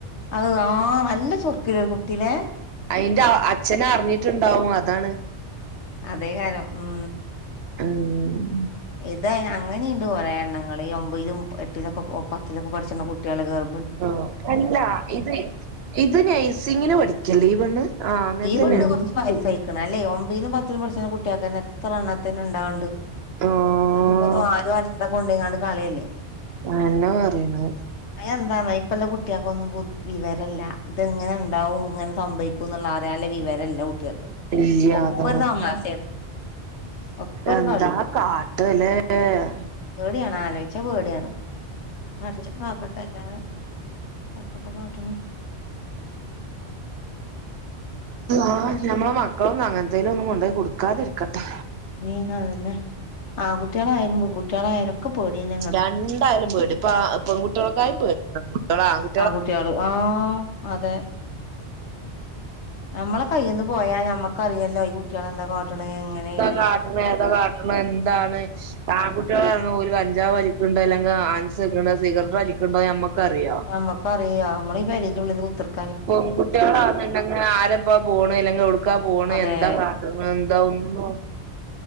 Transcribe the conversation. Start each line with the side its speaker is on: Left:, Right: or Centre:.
Left: അത് ആഹ് നല്ല ചുർക്കില്ല ഒരു കുട്ടീയിലെ
Right: അയിന്റെ അച്ഛന അറിഞ്ഞിട്ടുണ്ടാവും അതാണ്
Left: അതേ കാലം ഉം
Right: ആഹ്
Left: ഇതേ അങ്ങനെയുണ്ട് കുറെേ എണ്ണങ്ങൾ ഈ ഒമ്പയിലും എട്ടിലൊക്കെ ഓ പത്തിലൊക്കെ പഠിച്ചിന്ന കുട്ടികൾ ഗർ
Right: ഓ അല്ല ഇത് ഇത് നഴ്സിങ്ങിന് പഠിക്കല്ലേ ഇ പെണ്ണ് ആ അങ്ങനെ
Left: ഈ
Right: തന്നെയാണ്
Left: <unintelligible> അല്ലേ ഒമ്പിലും പത്തിലും പഠിച്ചണാ കുട്ടികൾക്കന്നെ എത്ര എണ്ണത്തന്നെ ഉണ്ടാവണ്ട്
Right: ആഹ്
Left: എന്നിട്ട ഇപ്പ അതും ആരും <unintelligible> കൊണ്ടെങ്ങാണ്ട് കളിയല്ലേ
Right: ആ എന്നാ പറയണ്
Left: അ എന്താന്നാ ഇപ്പല്ല കുട്ടികൾക്കൊന്നും ബു വിവരമല്ല ഇതെങ്ങനെ ഉണ്ടാവും ഇങ്ങനെ സംഭവിക്കും ക്കുന്നുള്ള അറിയാല്ലേ വിവരല്ല കുട്ടികൾക്ക്
Right: ഇല്ല
Left: ഒക്കെ
Right: അതോ
Left: ഒരു തമാശയാണ് ഒക്കെ ഒരു
Right: എന്താ
Left: കളി
Right: കാട്ട്വല്ലേ ആഹ്
Left: പേടിയാണ് ആലോയി ച്ച പേടിയാണ് പടച്ചോ കാക്കട്ടെല്ലാതെ എത്തപ്പ കാട്ടണ
Right: ആ നമ്മളെ മക്കളൊന്നും അങ്ങനത്തേലും ഒന്നും കൊണ്ടയ് കൊടുക്കാതിരിക്കട്ടെ
Left: നിന അതന്നെ ആൺകുട്ടികളായാലും പെങ്കുട്ടികളായാലും എനക്ക് പേടിന്നെ
Right: രണ്ടയാലും പേടിയാ ഇപ്പ ആ പെങ്കുട്ട്യേളെക്കായും പേടിയ പെങ്കുട്ടിയെല് ആങ്കു
Left: ആങ്കുട്ട്യേള് ആഹ് അതെ നമ്മളെ കയ്യിൽന്ന് പോയാ ഞമ്മക്കറിയല്ലോ ഈ കുട്ടികളെന്താ കാട്ടണ എങ്ങനെയ
Right: കാട്ടണ ഏത കാട്ടണെഎന്താണ് ആണ്കുട്ടി കുട്ടിളാണെങ്കിൽ ഓൽ കഞ്ചാവ് വലിക്കുണ്ട് അല്ലെങ്കിൽ ആൻസ്ണ്ട് സിഗരറ്റ് വലിക്കുണ്ടോന്ന് നമ്മക്ക അറിയോ
Left: നമ്മക്ക് അറിയാ നമ്മള് ഈപെരന്റെഉള്ളിൽ കുത്തർക്കാ
Right: പെൺകുട്ടികളാന്നണ്ടെങ്കൽ ആരപ്പാ പോണ് ഇല്ലെങ്കിൽ എവിടുക്കാ പോണ്
Left: അതെ
Right: എന്താ കാട്ട്ണാഎന്താ ഒന്നും